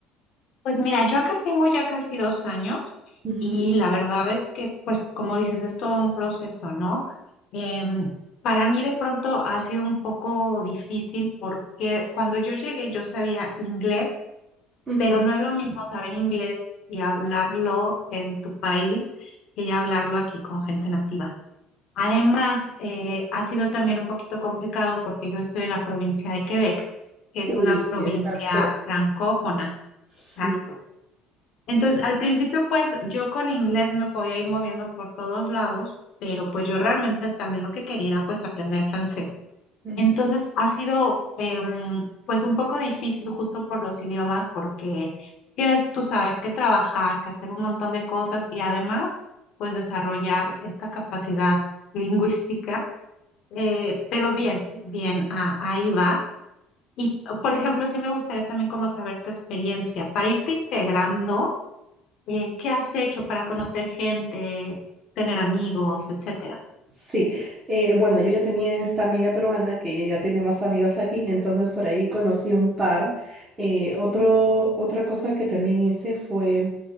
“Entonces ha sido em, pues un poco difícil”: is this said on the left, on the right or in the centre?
Left